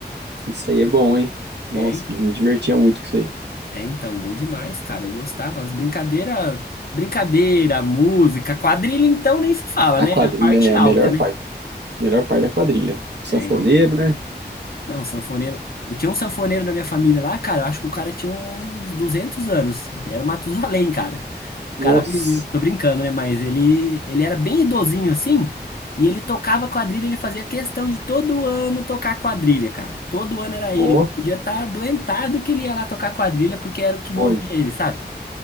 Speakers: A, on the right (about 75°); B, on the left (about 60°).
A: isso aí é bom, hein? Nossa,
B: É, en-
A: me divertia muito com isso aí.
B: é, então, bom demais, cara. Eu gostava. As brincadeiras, brincadeira, música, quadrilha, então nem se fala,
A: A
B: né?
A: quadrilha
B: A parte
A: é
B: alta,
A: a melhor
B: né?
A: parte. Melhor parte da quadrilha. O sanfoneiro,
B: É,
A: né?
B: Não, sanfoneiro. E tinha um sanfoneiro da minha família lá, cara. Eu acho que o cara tinha uns 200 anos. Ele era o Matusalém, cara. O cara
A: Nossa,
B: viveu. Tô brincando, né? Mas ele, ele era bem idosinho assim. E ele tocava quadrilha. Ele fazia questão de todo ano tocar quadrilha, cara. Todo ano era
A: ó,
B: ele. Ele podia estar doentado que ele ia lá tocar quadrilha porque era o que movia
A: ó,
B: ele, sabe?